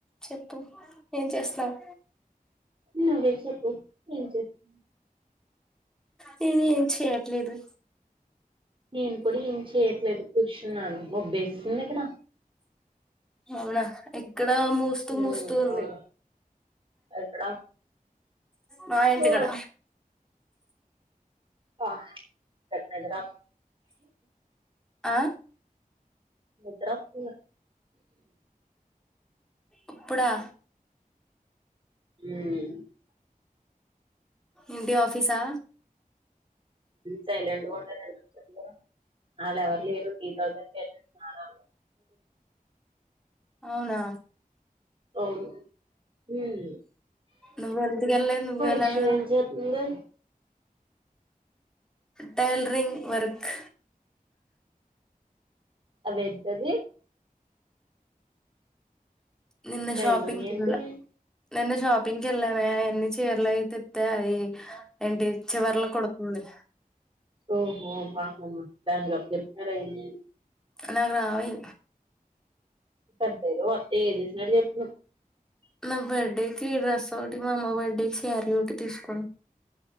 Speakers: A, in the centre; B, on the right.
A: చెప్పు ఏం చేస్తున్నావు
B: నువ్వే చెప్పు ఏం చేస్తు
A: నేను ఏం చేయట్లేదు
B: నేను కూడా ఏం చెయట్లేదు కూర్చున్నాను మబ్బేస్తుంది ఎక్కడ
A: అవునా ఎ ఇక్కడ మూస్తూ
B: ఉమ్
A: మూస్తూ ఉంది
B: అవును ఎక్కడ
A: మా ఇంటి
B: ఓ
A: కాడ
B: ఆ చెప్పాడు గా
A: ఆ
B: నిద్ర వస్తంది
A: ఇప్పుడా
B: ఉమ్
A: ఏంటి ఆఫీసా
B: సైలెంట్ గ ఉంటానని ఎందుకు చేప్పావ్ వాళ్ళు ఎవరు లేరు టీ తాగడానికి వెళ్ళారు రాలా
A: అవునా
B: అవును ఉమ్
A: నువ్వు ఎందుకు వెళ్ళలేదు నువ్వు వెళ్ళాలి
B: ఉఫ్
A: కదా
B: ఎం చేస్తన్నారు
A: టైలరింగ్ వర్క్
B: ఎంటది
A: నిన్న
B: టైలరింగ్
A: షోపింగ్ కి
B: ఏంటి
A: వెళ్ళ నిన్న షోపిింగ్ కి వెళ్ల మేఅవి అన్ని చీరలు అయి తెత్తె అయి ఎంటి చివరల కుడతుంది
B: ఓహో పాపమ్మా దానికి అప్ చెప్తారా ఏమి
A: నాకు రావయ్
B: <inaudible>
A: నా బర్త్డేకి డ్రెస్ ఒకటి మా అమ్మ బర్త్డేకి శారీ ఒకటి తీసుకోం